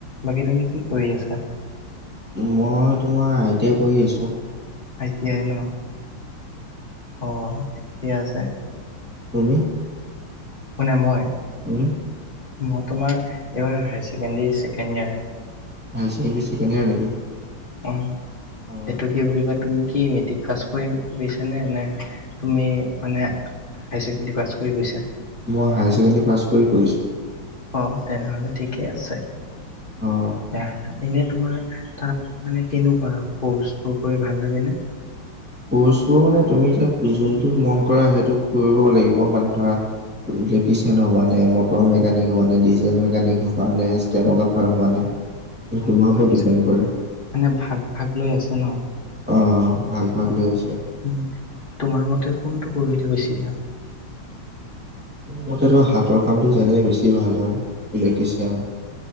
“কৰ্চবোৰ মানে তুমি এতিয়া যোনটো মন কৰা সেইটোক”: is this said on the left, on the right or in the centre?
Centre